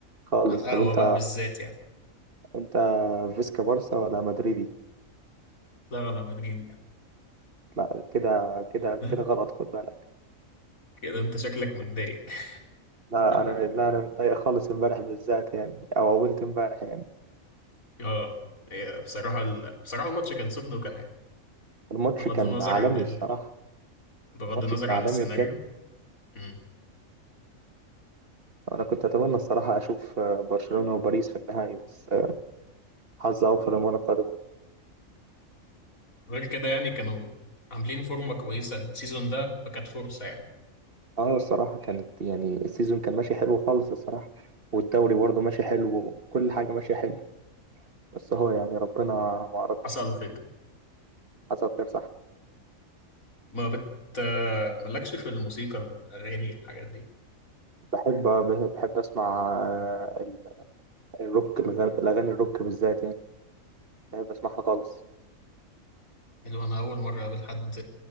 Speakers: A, on the right (about 45°); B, on the left (about 80°).
A: خالص
B: على القهوة
A: طب انت
B: بقى بالذات يعني
A: انت فيسكا بارسا ولا مدريدي
B: لا أنا مدريدي يعني
A: لا كده كده
B: <laughs>
A: كده غلط خد بالك
B: كده أنت شكلك متضايق
A: لا
B: <laughs>
A: انا لا انا متضايق خالص امبارح بالذات يعني او اولت امبارح يعني
B: اه هي بصراحة ال... بصراحة الماتش كان سخن وكان حلو
A: الماتش
B: بغض
A: كان
B: النظر
A: عالمي
B: عن ال...
A: الصراحة
B: بغض
A: الماتش
B: النظر
A: كان
B: عن
A: عالمي
B: السيناريو
A: بجد
B: مم.
A: أنا كنت أتمنى الصراحة أشوف آه، برشلونة وباريس في النهائي بس آه، حظ أوفر المرة القادمة
B: غير كده يعني كانوا عاملين فورمة كويسة السيزون ده فكانت فرصة يعني
A: أه الصراحة كانت يعني السيزون كان ماشي حلو خالص الصراحة والدوري برضه ماشي حلو وكل حاجة ماشية حلو بس هو يعني ربنا ما أردش
B: حصل خير
A: حصل خير صح
B: ما بت مالكش في الموسيقى الأغاني الحاجات دي
A: بحب بحب أسمع آه، ال- الروك الأغاني الأغاني الروك بالذات يعني بحب أسمعها خالص
B: حلو انا اول مره اقابل حد